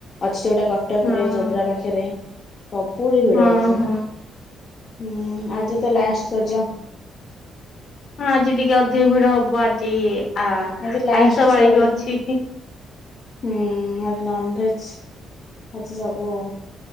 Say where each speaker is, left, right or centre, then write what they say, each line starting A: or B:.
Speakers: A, on the left; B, on the left.
A: ଅଛି ଗୋଟେ କଟକରେ
B: ହଁ
A: ଜୋବ୍ରା ପାଖରେ। ସବୁ ଠିି ଭିଡ
B: ହଁ
A: ହଉଥିଲେ।
B: ହଁ।
A: ହୁଁ ଆଜି ତ ଲାଷ୍ଟ ରଜ।
B: ହଁ ଆଜି ଟିକେ ଅଧିକ ଭିଡ ହବ ଆଜି। ଆ
A: ଆଜି ଲାଷ୍ଟ
B: ଆଇଁଷ ବାରି
A: ସରିବ
B: ବି ଅଛି।
A: ହୁଁ ଆଜି ନନଭେଜ ଆଜି ସବୁ